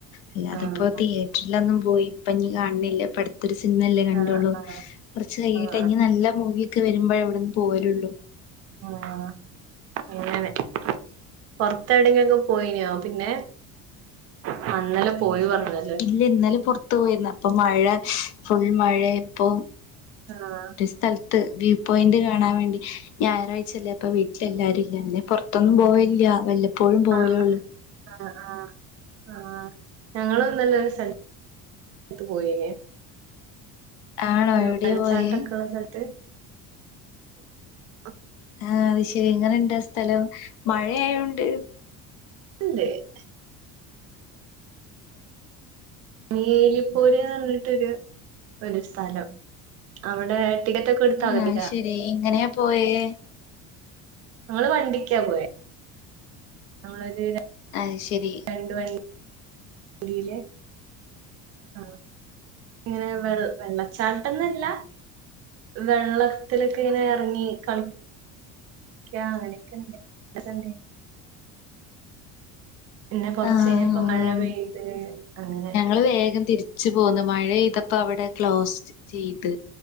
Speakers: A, on the left; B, on the right.
A: അല്ലാതിപ്പോ
B: ആഹ്
A: തിയേ റ്ററിലൊന്നും പോയി ഇപ്പഞ്ഞി കാണിണില്ല ഇപ്പടു ത്തൊരു സിനിമയല്ലേ കണ്ടുള്ളൂ
B: ആഹ് ആഹ്
A: കൊറച്ച് കയ്യട്ടെ
B: ആഹ്
A: ഇഞ്ഞി നല്ല മൂവിയൊക്കെ വരുമ്പോഴെ ഇവിടെന്ന് പോവലുള്ളു
B: ആഹ് ആഹ് അങ്ങനെ പൊറത്തെവിടെങ്കിലൊക്കെ പോയിനോ പിന്നെ? ആഹ് ഇന്നലെ പോയി പർഞ്ഞേ
A: ഇല്ല ഇന്നലെ പൊറത്തു പോയിര്ന്ന് അപ്പൊ മഴ ഫുൾ മഴയായപ്പോ
B: ആഹ്
A: സ്ഥലത്ത് വ്യൂ പോയന്റ് കാണാൻ വേണ്ടി ഞായറാഴ്ച്ചല്ലേ അപ്പ വീട്ടിലെല്ലാരു <unintelligible> പൊർ എപ്പളും പോവലില്ലാ വല്ലപ്പോഴും പോവലൊള്ളു.
B: ആഹ് ആഹ് ആഹ് ആഹ് ഞങ്ങള്ന്നലൊരു സ്ഥലത്ത് പോയിനി.
A: ആണോ
B: വ്യൂ
A: എവിടെയാ
B: വെള്ളച്ചാട്ടൊക്കെള്ള
A: പോയേ
B: സ്ഥലത്ത് ഹ്
A: ആഹ് വിഷയങ്ങളുണ്ട് ആഹ് സ്ഥലം മഴയായോണ്ട്
B: <unintelligible> വേലിപ്പോര്ന്ന് പറഞ്ഞിട്ടൊരു ഒരു സ്ഥലം അവടെ <unintelligible>
A: ആഹ് ശരി എങ്ങനെയാ പോയേ
B: ഞങ്ങള് വണ്ടിക്കാ പോയേ. ആര്?
A: അഹ് ശരി
B: രണ്ട് വള്ളി <unintelligible> ആഹ് ഇങ്ങനെ വെൾ വെള്ളച്ചാട്ടന്നല്ല വെള്ളത്തിലൊക്കെ ഇങ്ങനെ എറങ്ങി കൾ ക്കാ അങ്ങനെയൊക്കെണ്ട് <unintelligible> പിന്നെ കൊർച്ച്
A: ആഹ്
B: കഴിഞ്ഞപ്പം മഴ പെയ്ത് അങ്ങനെക്കെ.
A: ഞങ്ങള് വേഗം തിരിച്ചു പോന്ന് മഴയ്തപ്പോ അവടെ ക്ലോസ്റ്റ് ചെയ്ത്